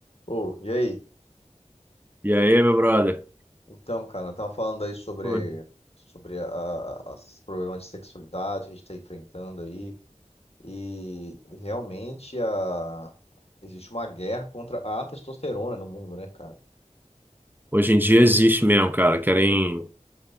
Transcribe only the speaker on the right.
E aí, meu brother?
Pô,
Hoje em dia existe mesmo, cara. Querem.